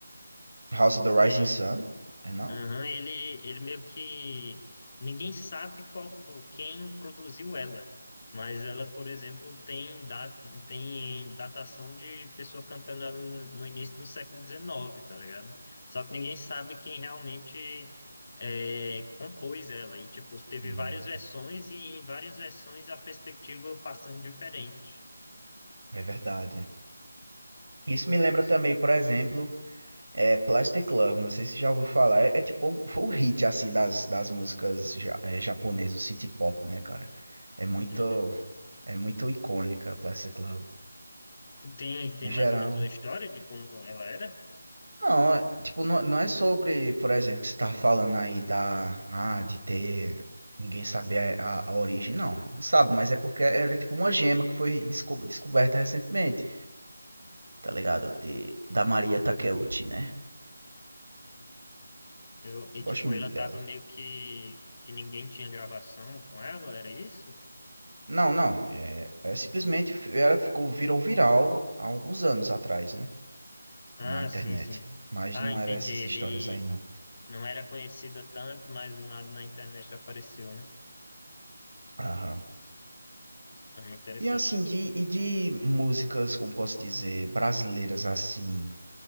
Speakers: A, on the right; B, on the left.
A: House of the Rising
B: E é,
A: Sun? É não?
B: aham, ele, ele meio que. Ninguém sabe qual foi, quem produziu ela. Mas ela, por exemplo, tem, da, tem datação de pessoa cantando ela no no início do século XIX, tá ligado? Só que ninguém sabe quem realmente é, compôs ela. E, tipo, teve
A: Hum,
B: várias versões e em várias versões a perspectiva passando diferente.
A: é verdade. Isso me lembra
B: Vocês...
A: também, por exemplo, é, Plastic Love. Não sei se já ouviu falar. É, é tipo, um- foi o hit assim das, das músicas ja, é, japonesas, o city pop, né, cara? É muito,
B: Uhum.
A: é muito icônica Plastic Love.
B: Tem, tem
A: No geral.
B: mais ou menos uma história de como ela era?
A: Não, é, tipo, não, não é sobre, por exemplo, que você tava falando aí da, ah, de ter ninguém saber a, a origem. Não, sabe? Mas é porque ela é tipo uma gema que foi desco- descoberta recentemente. Tá ligado? De, da Maria Takeuchi, né?
B: Uhum. Eu, e
A: Gosto
B: tipo,
A: muito
B: ela
A: dela.
B: tava meio que... Que ninguém tinha gravação com ela, era isso?
A: Não, não. É, é simplesmente ela ficou virou viral há alguns anos atrás, né?
B: Ah,
A: Na internet.
B: sim, sim.
A: Mas
B: Ah,
A: não
B: entendi.
A: era essas histórias
B: Ele
A: aí, não.
B: não era conhecida tanto, mas do nada na internet apareceu, né?
A: Aham.
B: É interessante.
A: E assim, de, e de músicas, como posso dizer, brasileiras assim.